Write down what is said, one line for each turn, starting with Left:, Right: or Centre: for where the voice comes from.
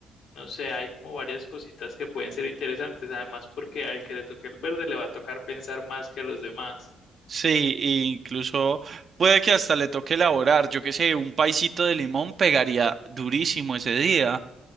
Left: No sé, hay como varias cositas que pueden ser interesantes, además porque al que le toque el verde le va a tocar pensar más que a los demás.
Right: Sí, e incluso puede que hasta le toque elaborar, yo qué sé, un paisito de limón pegaría durísimo ese día.